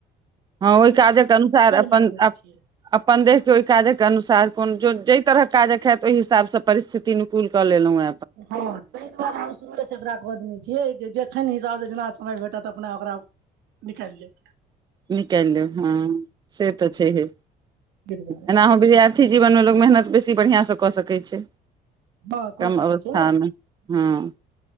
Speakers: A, on the right; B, on the right.
A: हँ ओहि काजके अनुसार अपन
B: मानि लेने छियै
A: -अपन देशके ओहि काजके अनुसार। <unintelligible> कोन जो जाई तरह काजक हयैत ओहि हिसाब से प परिथि अनुकूल कऽ लेलों हे। <unintelligible>
B: हँ त दुआरे हम आदमी छियै जखन हिसाब। <unintelligible> समय भेटत अपना ओकरा -निकालि ले। <unintelligible>
A: निकाल लौ हँ से त छै ह। <unintelligible>
B: ताहि दुआरे
A: एना हो वि्यारथी जीवन में ल मेहनत बेसी। ी बढ़िआं से कऽ सकै छै। <unintelligible>
B: हँ कऽ
A: कम
B: सकै
A: अवस्थामे
B: छी ने
A: हँ।